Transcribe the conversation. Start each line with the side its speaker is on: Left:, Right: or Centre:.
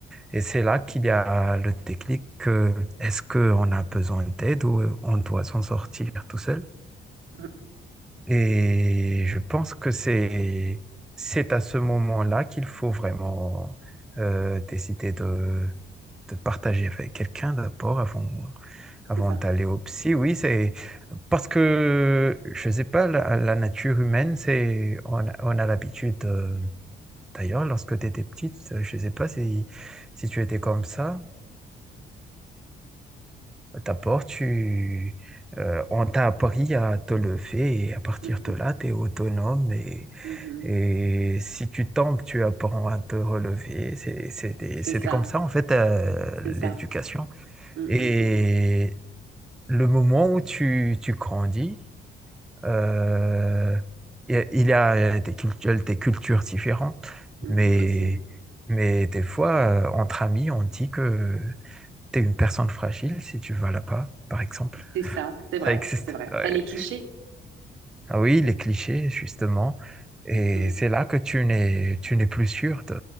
Centre: et c'est là qu'il y a le déclic que est-ce qu'on a besoin d'aide ou on doit s'en sortir tout seul?
Right: Mm,
Centre: Et je pense que c'est c'est à ce moment-là qu'il faut vraiment euh, décider de, de partager avec quelqu'un d'abord avant, avant
Right: C'est ça.
Centre: d'aller au psy. Oui, c'est parce que, je ne sais pas, la, la nature humaine, c'est on, a- on a l'habitude, euh, d'ailleurs, lorsque tu étais petite, je ne sais pas si, si tu étais comme ça, D'abord, tu, euh, on t'a appris à te lever et à partir
Right: Mhm,
Centre: de là, tu es autonome et,
Right: mhm.
Centre: et si tu tombes, tu apprends à te relever. C'est- C'était
Right: C'est
Centre: c'était
Right: ça.
Centre: comme ça, en fait, euh,
Right: C'est
Centre: l'éducation.
Right: ça. Mm,
Centre: Et
Right: mm, mm,
Centre: le moment où tu, tu grandis, euh, il il y a des cultures, des cultures différentes,
Right: mhm,
Centre: mais,
Right: Aussi.
Centre: mais des fois, euh, entre amis, on dit que tu es une personne fragile si tu vas là-bas, par exemple.
Right: C'est ça. C'est vrai.
Centre: Ça existe.
Right: C'est vrai.
Centre: ouais.
Right: T'as les clichés.
Centre: Ah oui, les clichés, justement. Et
Right: Mhm,
Centre: c'est là que tu n'es, tu n'es plus sûr de,